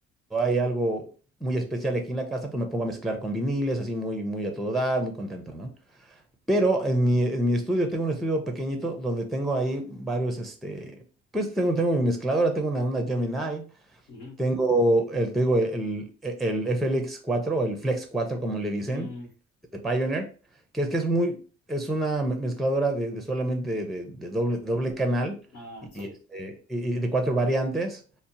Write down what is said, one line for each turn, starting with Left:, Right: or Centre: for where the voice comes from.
Centre: hay algo muy especial aquí en la casa, pues me pongo a mezclar con viniles, así muy, muy a todo dar, muy contento, ¿no? Pero en mi, en mi estudio, tengo un estudio pequeñito donde tengo ahí varios, este, pues tengo, tengo mi mezcladora, tengo una, una Gemini,
Left: ujú,
Centre: tengo el, te digo, el, el FLX cuatro o el Flex cuatro como le dicen,
Left: mm,
Centre: de Pioneer, que es que es muy, es una me- mezcladora de, de solamente de, de doble, doble canal
Left: ah,
Centre: y,
Left: sí.
Centre: este, y- y de cuatro variantes.